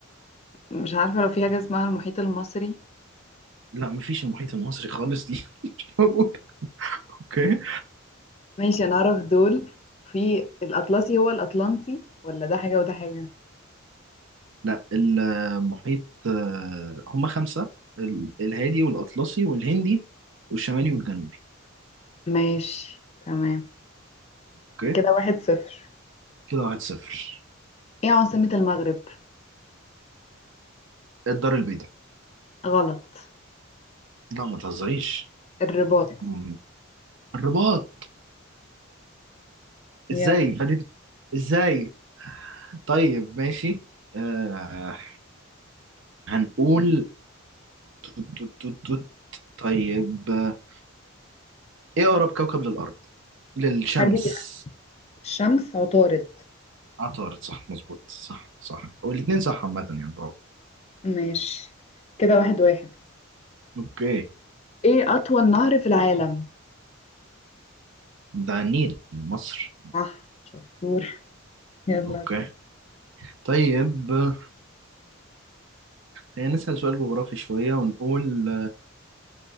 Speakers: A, on the left (about 30°); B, on the right (about 60°).
A: مش عارفة لو في حاجة اسمها المحيط المصري
B: لا مفيش المحيط المصري خالص دي <laughs> مش موجودة اوكي
A: ماشي أنا أعرف دول في الأطلسي هو الأطلنطي ولا ده حاجة وده حاجة؟
B: لا المحيط آه، هما خمسة ال- الهادي والأطلسي والهندي والشمالي والجنوبي
A: ماشي تمام
B: اوكي
A: كده واحد صفر
B: كده واحد صفر
A: إيه عاصمة المغرب؟
B: الدار البيضاء
A: غلط
B: لا ما تهزريش
A: الرباط
B: مم. الرباط
A: يلا
B: ازاي فاتت ازاي طيب ماشي آه هنقول توت توت توت توت. طيب آه، ايه اقرب كوكب للارض للشمس
A: مريخ الشمس عطارد
B: عطارد صح مظبوط صح صح والاتنين صح عامة يعني برافو
A: ماشي كده واحد واحد
B: اوكي
A: ايه أطول نهر في العالم
B: ده النيل مصر
A: صح شطور يلا
B: اوكي طيب آه، خلينا نسأل سؤال جغرافي شوية ونقول